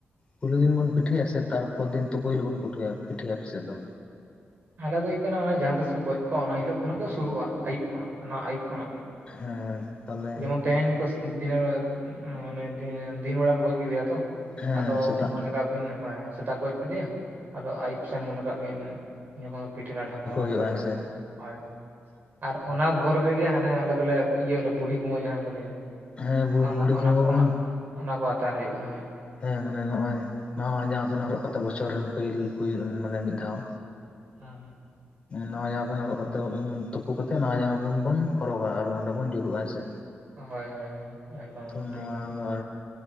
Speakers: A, on the left; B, on the right.
A: ᱯᱩᱭᱞᱩ ᱫᱤᱱ ᱵᱚᱱ ᱯᱤᱴᱷᱟᱹᱭᱟ ᱥᱮ ᱛᱟᱨᱯᱚᱨ ᱫᱤᱱ ᱛᱩᱯᱩ ᱦᱤᱞᱚᱜ ᱵᱚᱱ ᱯᱩᱴᱷᱟᱹᱭᱟ, ᱯᱤᱴᱷᱟᱹᱭᱟ ᱟᱯ ᱥᱮᱫ ᱫᱚ?
B: ᱟᱞᱮ ᱫᱚ ᱦᱩᱭᱩᱜ ᱠᱟᱱᱟ ᱚᱱᱟ ᱡᱟᱦᱟᱸ ᱛᱤᱥ ᱠᱚ ᱜᱚᱡ ᱠᱚᱜᱼᱟ ᱚᱱᱟ ᱦᱤᱞᱚᱜ ᱠᱷᱚᱱᱟᱜ ᱜᱮ ᱥᱩᱨᱩᱜᱼᱟ, ᱟᱭᱩᱵ ᱠᱷᱚᱱᱟᱜ ᱚᱱᱟ ᱟᱭᱩᱵ ᱠᱷᱚᱱᱟᱜ ᱜᱮ᱾
A: ᱦᱮᱸ ᱛᱟᱦᱚᱞᱮ
B: ᱡᱮᱢᱚᱱ ᱛᱮᱦᱮᱧ ᱠᱚ <inaudible> ᱢᱟᱱᱮ ᱫᱤᱱ ᱵᱮᱲᱟ ᱠᱚ ᱜᱚᱡ ᱠᱮᱫᱮᱭᱟ ᱛᱚ,
A: ᱦᱮᱸ
B: ᱟᱫᱚ
A: ᱥᱮᱛᱟᱜ
B: ᱢᱚᱱᱮ ᱠᱟᱜ ᱵᱤᱱ ᱦᱮᱸ ᱥᱮᱛᱟᱜ ᱜᱚᱡ ᱠᱮᱫᱮᱭᱟ, ᱟᱫᱚ ᱟᱭᱩᱵ ᱥᱮᱱ ᱢᱚᱱᱮ ᱠᱟᱜ ᱵᱤᱱ ᱡᱚᱠᱷᱚᱱ ᱯᱤᱴᱷᱟᱹ ᱞᱟᱴᱷᱟ ᱠᱚ ᱟᱨᱟᱢᱵᱚᱭ
A: ᱦᱩᱭᱩᱜᱼᱟ
B: ᱮᱱᱟ
A: ᱦᱮᱸ ᱥᱮ
B: ᱦᱳᱭ, ᱟᱨ ᱚᱱᱟ ᱵᱷᱳᱨ ᱨᱮᱜᱮ ᱦᱟᱱᱮ ᱟᱞᱮ ᱫᱚᱞᱮ ᱤᱭᱟᱹᱞᱮ ᱵᱩᱰᱷᱤ ᱜᱩᱢᱟᱹ ᱡᱟᱦᱟᱸ ᱠᱚ ᱞᱟᱹᱭᱟ,
A: ᱦᱮᱸ
B: ᱚᱱᱟ
A: ᱵᱩᱲᱦᱤ
B: ᱚᱱᱟ
A: ᱠᱩᱢᱵᱟᱹ
B: ᱚᱱᱟ,
A: ᱵᱚᱱ
B: ᱚᱱᱟ ᱠᱚ ᱟᱛᱟᱨ ᱦᱩᱭᱩᱜᱼᱟ ᱦᱮᱸ᱾
A: ᱦᱮᱸ ᱢᱟᱱᱮ ᱱᱚᱜᱼᱚᱭ, ᱱᱟᱣᱟ ᱡᱟᱢᱟ ᱯᱮᱱ ᱦᱚᱨᱚᱜ ᱠᱟᱛᱮᱜ ᱵᱚᱪᱷᱚᱨ ᱨᱮᱱ <inaudible> ᱢᱟᱱᱮ ᱢᱤᱫ ᱫᱷᱟᱣ,
B: ᱦᱮᱸ᱾
A: ᱱᱟᱣᱟ ᱡᱟᱢᱟ ᱯᱮᱱ ᱦᱚᱨᱚᱜ ᱠᱟᱛᱮᱫ, ᱛᱩᱯᱩ ᱠᱟᱛᱮᱫ ᱱᱟᱣᱟ ᱡᱟᱢᱟ ᱯᱮᱱ ᱵᱚᱱ ᱦᱚᱨᱚᱜᱟ ᱟᱨ ᱚᱸᱰᱮ ᱵᱚᱱ ᱡᱩᱨᱩᱜᱼᱟ ᱦᱮᱸ ᱥᱮ᱾
B: ᱦᱳᱭ ᱦᱳᱭ ᱦᱳᱭ, ᱮᱠᱫᱚᱢ
A: ᱛᱚ ᱱᱚᱣᱟ
B: ᱴᱷᱤᱠ ᱵᱤᱱ <inaudible>
A: ᱫᱚ